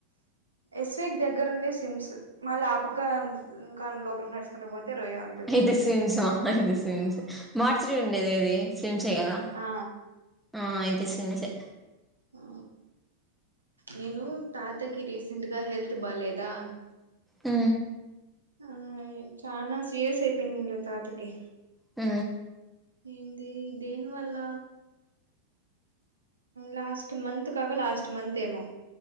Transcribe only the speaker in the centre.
ఇది సిమ్స్స అయితే సమ్స్ మార్చడం ఉండేది ఏది. స్విమ్స్ ఏ కదా
ఆ అయితే స్విమ్స్ ఏ.
ఊ.
ఊ.